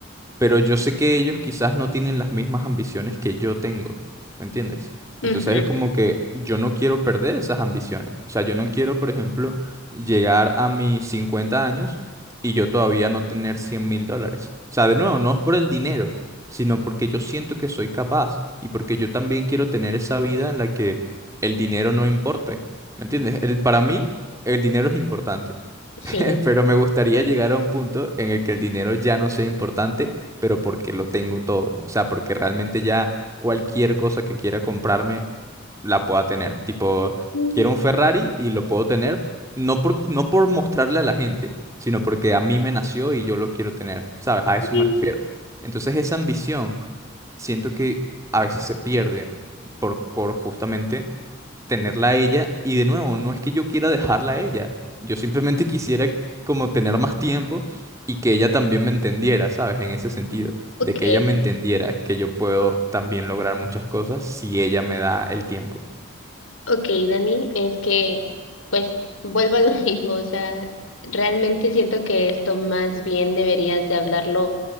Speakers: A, on the right (about 15°); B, on the left (about 80°).
A: pero yo sé que ellos quizás no tienen las mismas ambiciones que yo tengo, ¿me entiendes?
B: Ujú,
A: Entonces es como que yo no quiero perder esas ambiciones. O sea, yo no quiero, por ejemplo, llegar a mis 50 años y yo todavía no tener cien mil dólares. O sea, de nuevo, no es por el dinero, sino porque yo siento que soy capaz y porque yo también quiero tener esa vida en la que el dinero no importe, ¿me entiendes? El, para mí, el dinero es importante.
B: Sí.
A: <laughs> Pero me gustaría llegar a un punto en el que el dinero ya no sea importante, pero porque lo tengo todo. O sea, porque realmente ya cualquier cosa que quiera comprarme la pueda tener. Tipo,
B: Mm,
A: quiero un Ferrari y lo puedo tener, no por, no por mostrarle a la gente, sino porque a mí me nació y yo lo quiero tener. ¿Sabes? A eso
B: sí.
A: me refiero. Entonces esa ambición siento que a veces se pierde por, por justamente tenerla a ella y de nuevo, no es que yo quiera dejarla a ella, yo simplemente quisiera como tener más tiempo y que ella también me entendiera, ¿sabes? En ese sentido,
B: Ok,
A: de que ella me entendiera que yo puedo también lograr muchas cosas si ella me da el tiempo.
B: ok, Dani, es que pues vuelvo a lo <laughs> mismo, o sea, realmente siento que esto más bien deberías de hablarlo